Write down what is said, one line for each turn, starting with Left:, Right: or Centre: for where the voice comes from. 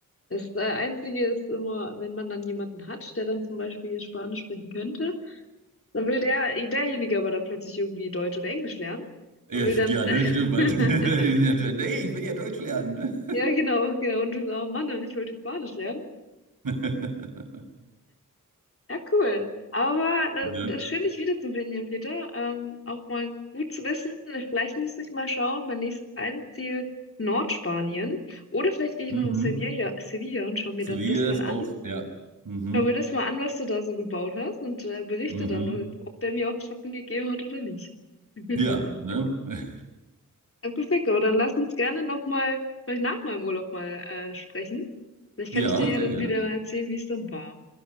Left: Das äh, Einzige ist immer, wenn man dann jemanden hat, der dann zum Beispiel Spanisch sprechen könnte, Dann will der, derjenige aber dann plötzlich irgendwie Deutsch oder Englisch lernen
Right: Ja,
Left: und will dann,
Right: ja, ne? stimmt, weil-
Left: <laughs>
Right: <laughs> die sind ja- Nee, ich will ja Deutsch lernen.
Left: ja genau, genau, und du sagst, oh Mann, und ich wollte Spanisch lernen.
Right: Ne? <laughs>
Left: Ja, cool. Aber war, äh,
Right: Ne?
Left: das ist schön, dich wiederzusehen, Jan Peter. Ähm, auch mal gut zu wissen, vielleicht müsste ich mal schauen, mein nächstes Reiseziel Nordspanien. Oder vielleicht gehe ich
Right: Mhm.
Left: noch nach Sevilla, Sevilla und schaue mir
Right: Sevilla
Left: dann das mal
Right: ist
Left: an.
Right: auch, ja. Mhm.
Left: Schau mir das mal an, was du da so gebaut hast und äh, berichte
Right: Mhm.
Left: dann, ob der mir auch Schatten gegeben hat oder nicht.
Right: Ja,
Left: <laughs>
Right: ne? <laughs>
Left: Ja, perfekt, aber dann lass uns gerne nochmal, vielleicht nach meinem Urlaub mal äh, sprechen. Vielleicht
Right: Ja,
Left: kann ich dir ja
Right: sehr
Left: dann
Right: gerne.
Left: wieder erzählen, wie es dann war